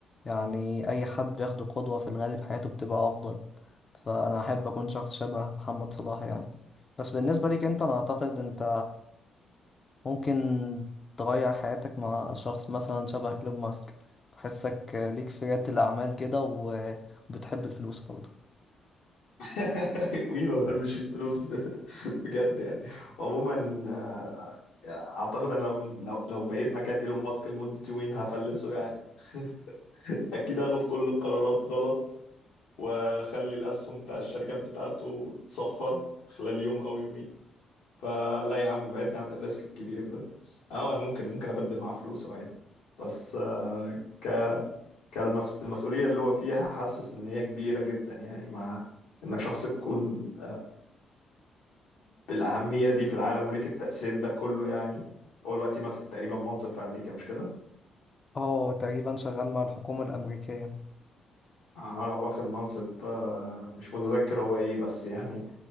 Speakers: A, on the left; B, on the left.
A: يعني أي حد بياخده قدوة في الغالب حياته بتبقى أفضل فأنا أحب أكون شخص شبه محمد صلاح يعني بس بالنسبة ليك أنت أنا أعتقد أنت ممكن تغير حياتك مع شخص مثلا شبه إيلون ماسك بحسك ليك في ريادة الأعمال كده و- وبتحب الفلوس برضه
B: <laughs> مين ما بيحبش الفلوس ب- <laughs> بجد يعني عموما آه، اعتقد انا لو لو لو بقيت مكان ايلون ماسك لمدة يومين هفلسه يعني <laughs> اكيد هاخد كل القرارات غلط واخلي الاسهم بتاع الشركات بتاعته تصفر خلال يوم او يومين فلا يا عم بعدني عن الريسك الكبير ده اه انا ممكن ممكن ابدل معاه فلوسه عادي بس آه، ك- كالمس- المسؤوليه اللي هو فيها حاسس ان هي كبيره جدا يعني مع انك شخص تكون بالأهمية دي في العالم وليك التأثير ده كله يعني هو دلوقتي ماسك تقريبا منصب في أمريكا مش كده؟
A: اه تقريبا شغال مع الحكومة الأمريكية
B: أها واخد منصب آه، مش متذكر هو إيه بس يعني